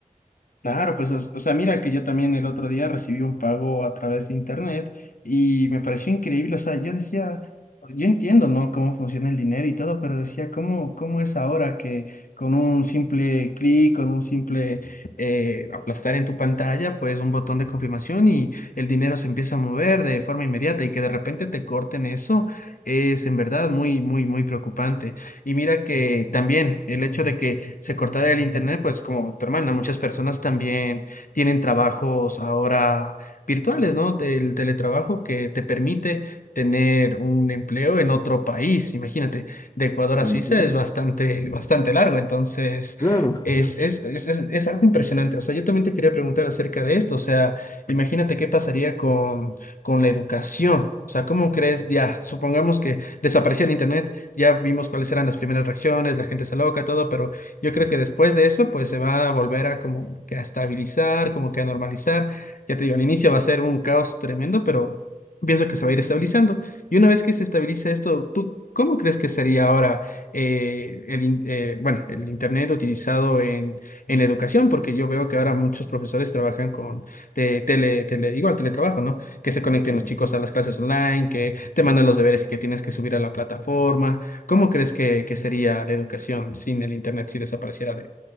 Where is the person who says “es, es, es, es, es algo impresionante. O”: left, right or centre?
Left